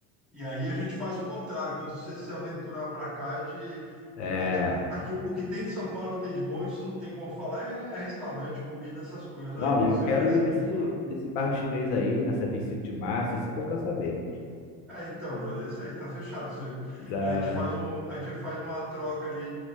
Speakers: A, in the centre; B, on the left.
A: E aí a gente faz o contrário, quando você se aventurar para cá, eu te.
B: É.
A: Eu tento. Aqui, o o que tem de São Paulo, o que tem de bom, isso não tem como falar, é restaurante, comida, essas coisas.
B: Não,
A: Aí quando
B: e eu
A: você
B: quero
A: vier, você
B: ir nesse,
A: me fala.
B: nesse bairro chinês aí, nessa 25 de março, isso é que eu quero saber.
A: Ah, então, brother, é isso aí, tá fechado. Você-
B: Da,
A: A gente faz um, a gente faz uma troca ali